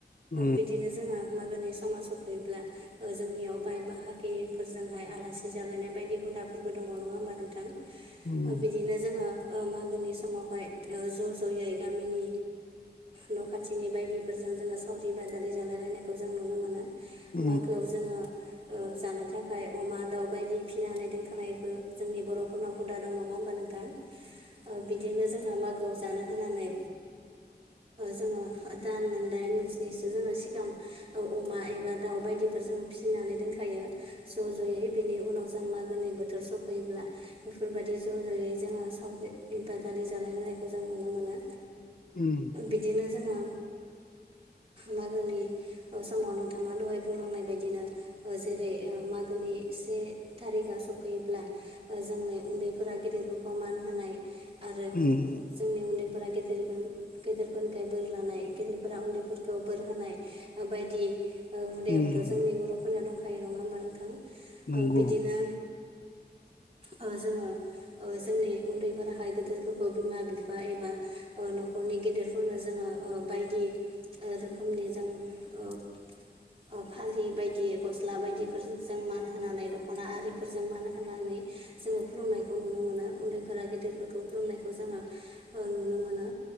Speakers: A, on the left; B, on the right.
A: उम
B: बिदिनो जोंहा मागोनि समा फैयोब्ला जोंनियाव बाय बाहागि बेफोरजोंहाय आलासि जालायनाय बायदि हुदाफोरबो दङ नङा होमबा नोंथां
A: उम
B: बिदिनो जोङो ओ मागोनि समावहाय ओ ज' ज'यै गामिनि न' खाथिनि बायदिफोरजों जों जोङो सावरि बादालि जालायलायनायखौ जों नुनो मोनो
A: उम
B: मागोआव जोङो जानो थाखाय अमा दाउ बायदि फिनानै दोनखानायबो जोंनि बर'फोरनाव हुदा दं नङा होमबा नोंथां ओ बिदिनो जोंहा मागोआव जानो होनानै जोङो दान मोन दाइन मोनसनिसो जोङो सिगां अमा एबा दाउ बायदि फोर जोङो फिसिनानै दोनखायो ज' ज'यै बेनि उनाव जों मा गोनि बोथोर सफैयोब्ला बेफोरबायदि ज' ज'यै जोङो सावरि बादालि जालायलायनायखौ जों नुनो मोनो
A: उम
B: बिदिनो जोङो मागोनि समाव नोंथाङा दहाय बुंलांनाय बायदिनो ओ जेरै ओ मागोनि से थारिकआ सफैयोब्ला ओ जोंनि उन्दैफोरा गेदेरफोरखौ मान हो होनाय आरो
A: उम
B: जोंनि उन्दै फोरा गेदेरखौ गेदेरफोरनिफ्राय बोर लानाय गेदेरफोरा उन्दैफोरखौ बोर होनाय ओ बायदि ओ हुदायाबोथ'
A: उम
B: जोंनि बर'फोरनियाव दंख ओ
A: नंगौ
B: बिदिनो ओ जोङो ओ जोंनि उन्दैफोराहाय गोदोरफोरखौ बिमा बिफा एबा ओ न'ख' <unintelligible> नि गेदेरफोरनो जोङो ओ बायदि रोखोमनि जों ओ ओ फालि बायदि गस ला बायदिफोरजों जों मान होनानै दख'ना आरिफोरजों मान होनानै जोङो खुलुमनायखौ नुनो मोनो उन्दैफोरा गिदिर खुलुमनायखौ जोङो ओ नुनो मोनो